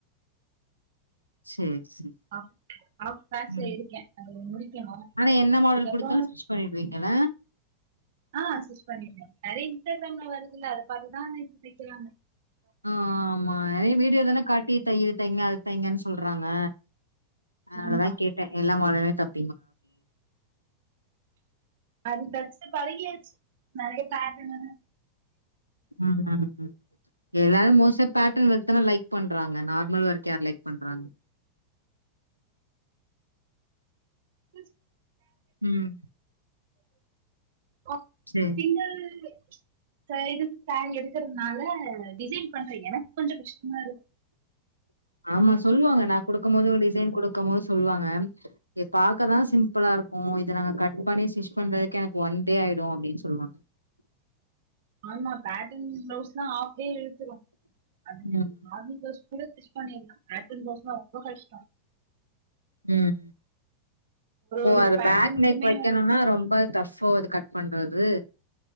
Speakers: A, on the right (about 90°); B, on the right (about 55°).
A: சேரி சேரி
B: அ <unintelligible>
A: ம்
B: இருக்க அத முடிக்கணு
A: ஆனா என்ன மாடல்
B: அதுக்கப்பறோ
A: குடுத்தாலு ஸ்டிச் பண்ணிடுவீங்கல்ல
B: ஆ ஸ்டிச் பண்ணிருக்க நறைய இன்ஸ்டாகிராம்ல வருதுல்ல அத பாத்துதா தெக்கிறாங்க
A: ஆ ஆமா வீடியோதான காட்டி தய்யி தைங்க தெய்ங்கன் சொல்றாங்க அவ்ளதா
B: ஆமா
A: கேட்ட எல்லாம் மொதலே தெப்
B: அது தெச்சு பழகியாச்சு நறைய பேட்டனு
A: ம்க்ம் ஏதாவது மோஸ்ட்டா பேட்டன் ஒர்க்குனா லைக் பண்றாங்க நார்மல் ஒர்க் யார் லைக் பண்றாங்க
B: எஸ்
A: ம்
B: பே
A: சேரி
B: சிங்குள் சைடு ஸ்சேரி எடுக்குறதுனால டிசைன் பண்ற எனக் கொஞ்சோ கஷ்டமா இருக்
A: ஆமா சொல்வாங்க நா குடுக்கும் போது டிசைன் குடுக்கும் போது சொல்வாங்க இது பாக்கதா சிம்ப்ளா இருக்கு இத நாங்க கட் பண்ணி ஸ்டிச் பண்றதுக்கு எனக்கு ஒன் டே ஆயிடு அப்டின் சொல்லுவாங்க
B: ஆமா பேட்டன் ப்ளவுஸ்ன்னா ஆஃப் டே இழுத்துரு அதுல்ல
A: ம்
B: நீங்க நார்மல் ப்ளவுஸ் கூட ஸ்டிச் பண்ணிரலாங்க சந்தோசமா உங்க இஷ்டோ
A: ம் ஓ
B: ஒரு
A: அர
B: பேட்டர்னுக்குமே
A: பேக் நெக் வெக்கணுன்னா
B: வந்து
A: ரொம்ப கஃபோ இது கட் பண்றது